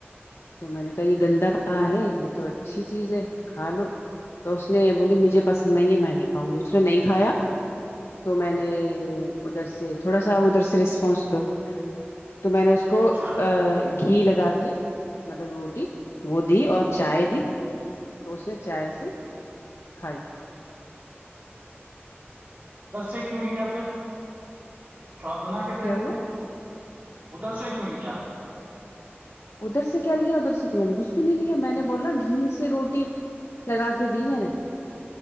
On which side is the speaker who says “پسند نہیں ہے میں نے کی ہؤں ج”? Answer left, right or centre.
Left